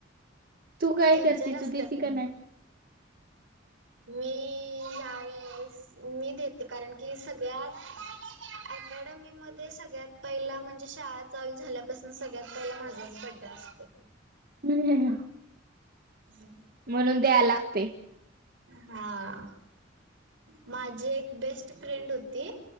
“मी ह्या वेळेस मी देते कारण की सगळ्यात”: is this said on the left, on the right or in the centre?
Right